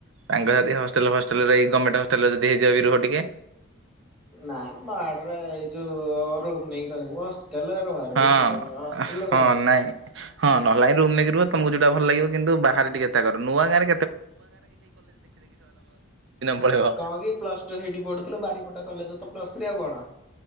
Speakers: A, on the right (about 55°); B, in the centre.
A: ସାଙ୍ଗ ସାଥି ହଷ୍ଟେଲ ଫଷ୍ଟେଲରେ ରହିକି ଗମେଣ୍ଟ ହଷ୍ଟେଲରେ ଯଦି ହେଇଯିବ ବି ରୁହ ଟିକେ।
B: ନାଇଁ ବାଡରେ ଏଇ ଯୋଉ ଅ ରୁମ ନେଇକି ରହିବୁ ହ ଟେଲେ <unintelligible> ବାହାର ରହିବୁ
A: ହଁ
B: ସୁ ହଷ୍ଟେଲରେ
A: ହଁ
B: ରହିବୁନି।
A: ନାଇଁ ହଁ ନହଲେ ନାଇ ରୁମ ନେଇକି ରୁହ ତମକୁ ଯୋଉଟା ଭଲ ଲାଗିବ କିନ୍ତୁ ବାହାରେ ଟିକେ ଏତା କର ନୂଆ ଗାଁରେ କେ !!!!!!!!!!
B: ହଁ କି ପ୍ଲସ ଟୁ ସେଇଠି ପଢୁଥିଲୁ ବାରିପଦା କଲେଜ ତ ପ୍ଲସ ଥ୍ରୀ ଆଉ କଣ।